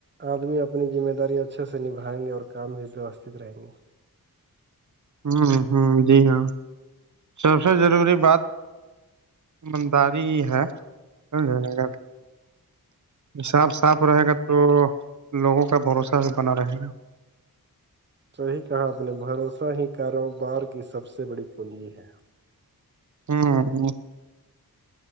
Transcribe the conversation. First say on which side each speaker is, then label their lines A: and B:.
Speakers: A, on the right (about 30°); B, on the right (about 50°).
A: آدمی اپنی ذمہ داری اچھے سے نبھائیں گے اور کام بھی ویوستھت رہیں گے
B: ہ ہ جی ہاں سب سے ضروری بات ایمانداری ہی ہےگر <inaudible> سب صاف رہے گا تو لوگوں کا بھروسہ بنا رہے گا
A: صحی کہا اپ نے بھروسہ ہی کاروبار کی سب سے بڑی پنی ہے
B: ہاں <inaudible>